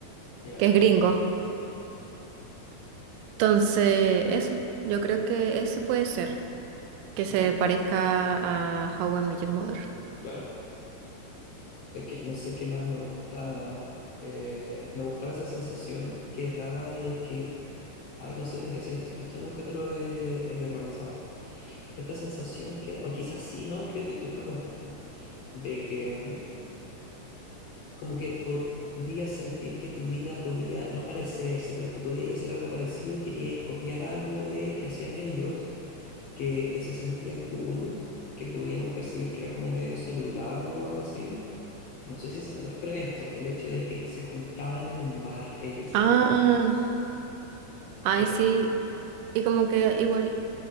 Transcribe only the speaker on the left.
ya
entiendo.
Ya,
claro. Es que no sé qué más me gustaba. Eh, me gustaba esa sensación que daba de que, ay, no sé, mira, sí, esto, esto nunca te lo he, he verbalizado. Esta sensación que, o quizás sí, no, creo que tú me lo contaste, de que mm, como que podías sentir que tu vida podía no parecerse, pero que podías hacer algo parecido y queríais copiar algo de que hacían ellos, que eh, se sentía cool, que podíamos percibir que era como medio saludable o algo así no sé si saludar, pero esto, el hecho de que se juntaban en un bar ellos
como amigos.
Eso.